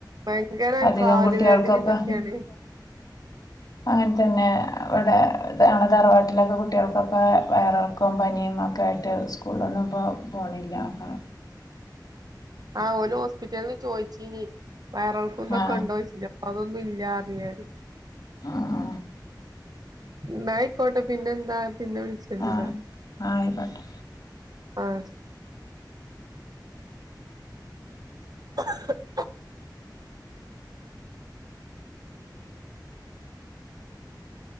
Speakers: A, on the right; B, on the left.
A: ഭയങ്കര
B: അധികം
A: കാല്
B: കുട്ടികൾക്കൊക്കെ
A: വേദനിണിം തൊക്കേണ്
B: അങ്ങൻന്നെ വടെ ഞങ്ങളെ തറവാട്ടിലൊക്കെ കുട്ടികൾക്കൊക്കെ വയറൾക്ക ക്കോം പനിയും ഒക്കായിട്ട് സ്കൂളിലൊന്നും പ്പൊ പോണില്ല അപ്പോ
A: ആഹ് ഓലോസ്പിറ്റൽന്ന് ചോയ്ച്ചീനി വയറൾക്കോം തൊക്കെണ്ടോയ്ച്ചീനി
B: ആ
A: അപ്പതൊന്നുല്ലർഞ്ഞു ഞാൻ
B: ആ
A: ന്നായ്ക്കോട്ടെ പിന്നെന്താ പിന്നെ വിൾച്ച <unintelligible>
B: ആ ആയിക്കോട്ടെ
A: ആഹ് <unintelligible>